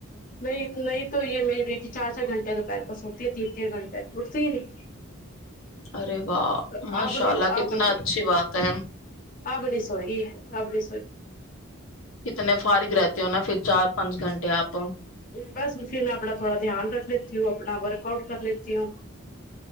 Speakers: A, on the left (about 40°); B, on the left (about 80°).
A: نہیں نہیں تو یہ میری بیٹی چای گھنٹے دوپہر کو سوتی ہے تین تین گھنٹےٹتی ہی نہیں
B: ارے واہ
A: تو
B: ماشاء
A: آب نے
B: اللہ کتنا
A: آب نے
B: اچھی بات ہے
A: آبنی سوئیی ابنی
B: کتنے فارغ رہتے ہو نا پھر چار پانچ گھنٹے آپ
A: بس پھر میں اپنا تھوڑا دھیان رکھ لیتی ہوں اپنا ورک آؤٹ کر لیتی ہوں